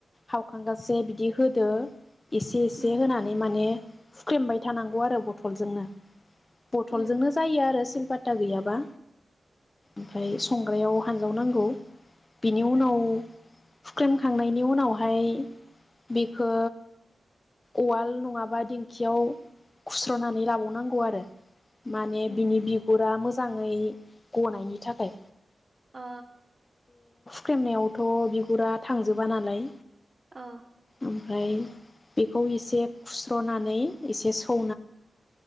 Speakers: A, on the left; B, on the right.
A: हावखांगासे बिदि होदो। एसे एसे
B: उम
A: होनानै माने। हुख्रेमबाय थानांगौ आरो बथलजोंनो। बथलजोंनो
B: उम
A: जायो आरो सिलपा सिलपाटा गैयाबा। ओमफ्राय संग्रायाव हानजाव नांगौ। बेनि उनाव हुख्रेमखांनायनि उनावहाय बेखौ उवाल नङाबा दिंखियाव खुस्रनानै लाबावनांगौ आरो। माने बिनि बिगुरा मो -जाङै गनायनि थाखाय।
B: अ
A: खेमनायावथ फुरा थांजोबा नालाय।
B: औ।
A: ओमफ्राय बेखौ एसे खुस्र नानै एसे सौ